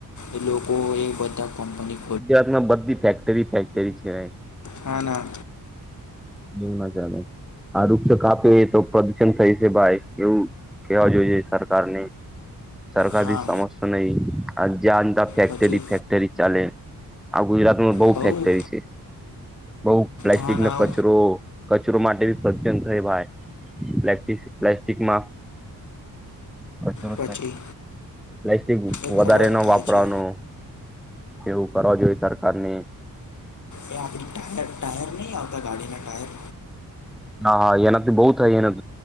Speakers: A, on the left; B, in the centre.
A: એ લોકો એ બધા કંપની
B: ગુજરાત માં બધી ફેક્ટરી ફેક્ટરી છે
A: હ ના.
B: એવું ના ચાલે આ વૃક્ષક્ષ કાપે તો પ્રદુષણ થઈ છે ભાઈ એવું કેવા જોઈ છે સરકાર ને સરકાર
A: હા
B: સમસ્યા નહી આ. જેતા ફેક્ટરી
A: પછી
B: ફેક્ટરી ચાલે હ ગુજરાત. બહ
A: બહુ
B: ફેક્ટરી છે. બઉ પ્લાસ્ટિક
A: હા ના
B: નો કચરો કચરો માટેી પ્રત થાય ભાઈ પ્ પ્લાસ્ટિકમાં કરો
A: પછી
B: પ્લાસ્ટિક
A: એ
B: વધારે
A: ખરાબ
B: ન
A: થાય
B: વાપરવાનું
A: છે
B: એવું કરવા જોઈએ સરકારની.
A: એ આપણી ટાયર ટાયર નહીં આવતા ગાડીના ટાયર.
B: હા હા એનાથી બહુ થાય એના